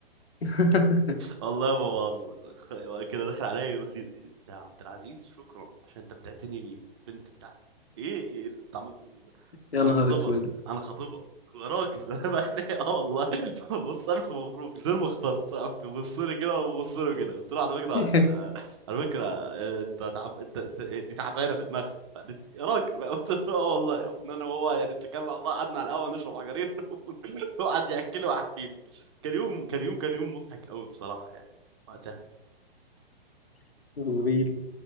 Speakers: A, on the left (about 85°); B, on the right (about 30°).
A: <laughs>
B: والله ما بهزر خ- كده دخل عليا يقول لي انت يا عبد العزيز شكرا عشان انت بتعتني بي- بالبنت بتاعتي ايه ايه إيه اللي انت عملته من ده
A: يا
B: انا
A: نهار
B: انا خطيبها
A: اسود
B: انا خطيبها قلت له يا راجل <laughs> انا بقى اه والله <laughs> بص الف مبروك زي ما اخترت قام بيبص لي كده وانا ببص له كده قلت له على فكره
A: <laughs>
B: آه، على فكره آه، انت تعب انت انت- دي تعبانه في دماغها فقالت يا راجل <laughs> بقى قلت له اه والله يا ابني انا وهو يعني اتكلنا على الله قعدنا على القهوه نشرب حجرين <laughs> وقعد يحكي لي واحكي له كان يوم كان يوم كان يوم مضحك قوي بصراحة يعني وقتها
A: <laughs> غريب.